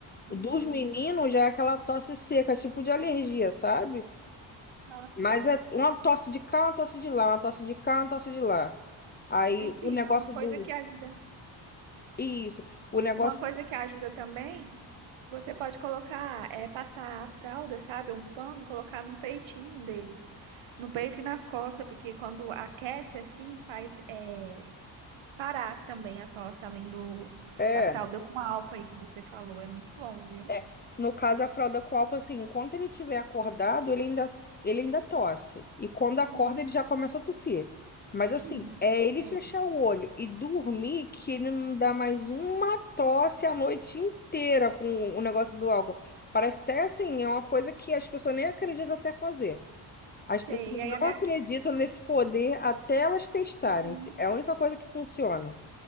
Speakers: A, on the right (about 75°); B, on the left (about 20°).
A: Uhum.
B: O Dos meninos já é aquela tosse seca, tipo de alergia, sabe?
A: Aham,
B: Mas
A: sei.
B: é uma tosse de cá, uma tosse de lá, uma tosse de cá, uma tosse de lá. Aí
A: Enfim,
B: o negócio
A: uma coisa
B: do.
A: que ajuda.
B: Isso. O negócio.
A: Uma coisa que ajuda também, você pode colocar, é, passar a fralda, sabe? Um pano, colocar no peitinho deles. No peito e nas costas, porque quando aquece assim, faz, é, parar também a tosse, além do,
B: É.
A: da fralda com álcool aí que você falou. É muito bom, viu?
B: É, no caso, a fralda com álcool, assim, enquanto ele estiver acordado, ele ainda, ele ainda tosse. E quando acorda,
A: Uhum.
B: ele já começa a tossir. Mas assim,
A: hum,
B: é ele
A: Sei.
B: fechar o olho e dormir que ele não dá mais uma tosse a noite inteira com o negócio do álcool. Parece até assim, é uma coisa que as pessoas nem acreditam até fazer. As pessoas
A: Sei. E aí
B: não
A: a minha...
B: acreditam nesse poder até elas testarem.
A: Uhum.
B: É a única coisa que funciona.